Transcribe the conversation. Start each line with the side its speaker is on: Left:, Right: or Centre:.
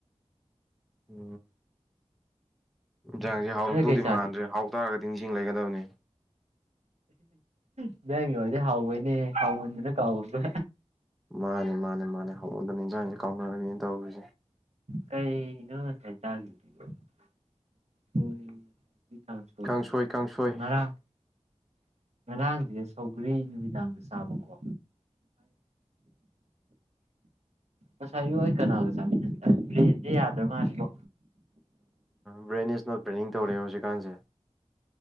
Centre: ꯎꯝ ꯏꯟꯖꯥꯡꯁꯦ ꯍꯥꯎꯔꯝꯗꯧꯗꯤ
Right: ꯅꯣꯏ ꯀꯩ ꯆꯥꯒꯦ
Centre: ꯃꯥꯟꯗ꯭ꯔꯦ ꯍꯥꯎꯇꯥꯔꯒꯗꯤ ꯅꯤꯡꯁꯤꯡ ꯂꯩꯒꯗꯕꯅꯦ
Right: ꯏꯟꯁꯥꯡꯒꯤ ꯋꯥꯗꯤ ꯍꯥꯎꯕꯩꯅꯦ ꯍꯥꯎꯃꯟꯗꯅ ꯀꯥꯎꯕ
Centre: ꯃꯥꯅꯦ ꯃꯥꯅꯦ ꯃꯥꯅꯦ ꯍꯥꯎꯃꯟꯗꯅ ꯏꯟꯁꯥꯡꯁꯦ ꯀꯥꯎꯅꯔꯤꯅꯤꯅꯦ ꯇꯧꯔꯤꯁꯦ
Right: ꯀꯩ ꯅꯁꯦ ꯆꯥ <unintelligible>
Centre: ꯀꯥꯡꯁꯣꯏ
Right: ꯅꯦꯕ
Centre: ꯀꯥꯡꯁꯣꯏ
Right: ꯍꯣꯡꯅꯔꯥ <unintelligible> ꯉꯔꯥꯡꯁꯦ ꯁꯧꯈꯒꯔꯤ ꯅꯨꯃꯤꯗꯥꯡꯗ ꯆꯥꯕꯀꯣ ꯉꯁꯥꯏ ꯑꯌꯨꯛ ꯑꯩ ꯀꯅꯥꯒ ꯆꯥꯃꯤꯟꯅꯦ ꯕ꯭ꯔꯦꯟꯁꯦ ꯌꯥꯗ꯭ꯔ ꯃꯥꯜꯂꯤꯕꯣ
Centre: ꯕ꯭ꯔꯦꯟ ꯏꯁ ꯅꯣꯠ ꯕ꯭ꯔꯦꯟꯅꯤꯡꯡ ꯇꯧꯔꯦ ꯍꯧꯖꯤꯛꯀꯥꯟꯁꯦ